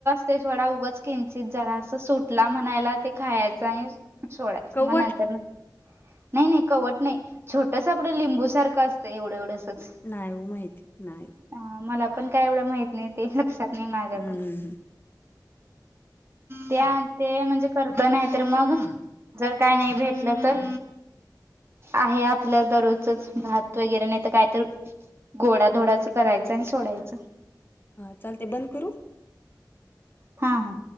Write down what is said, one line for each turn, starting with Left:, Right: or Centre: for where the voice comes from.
Right: ते थोडा उगच किंचित जरासं सुटला म्हणायला ते खायचा आणि स सोळडायच
Left: कवट
Right: मनंतर नाही नाही कवट नाही छोटस आपलं लिंबू सारखं असतं एवढं एवढंसच
Left: नाही ओ माहिती नाही
Right: ह मला पण काय एवढं माहित नाही ते लक्षात नाही माझ्या
Left: हं,
Right: पण
Left: हं
Right: ते ते म्हणजे करत नाही तर मग जर काय नाही भेटलं तर आहे आपलं दररोजच भात वगैरे नाही तर काय तर गोडा धोडाचं करायचं आणि सोडायचं
Left: हा चालते बंद करू
Right: हा हा